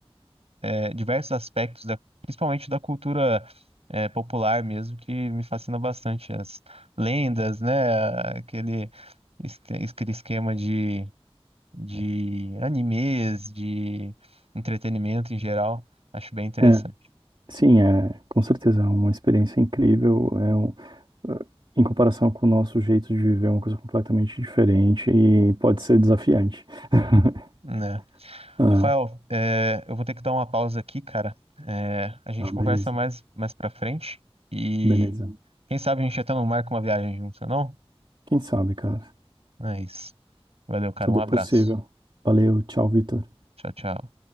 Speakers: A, on the right; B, on the right.
A: é, diversos aspectos, da- principalmente da cultura é, popular mesmo, que me fascina bastante. As lendas, né? Aquele, es- aquele esquema de, de animes, de entretenimento em geral. Acho bem interessante,
B: É, sim, é, com certeza, é uma experiência incrível, é um, eh, em comparação com o nosso jeito de viver, é uma coisa completamente diferente e pode ser desafiante. <laughs>
A: né?
B: Ah,
A: Rafael, é, eu vou ter que dar uma pausa aqui, cara. É, a gente
B: tá,
A: conversa
B: beleza,
A: mais, mais pra frente e
B: beleza.
A: quem sabe a gente até não marca uma viagem junto, não?
B: Quem sabe, cara?
A: É isso. Valeu, cara.
B: Tudo
A: Um abraço.
B: é possível. Valeu, tchau, Vitor.
A: Tchau, tchau.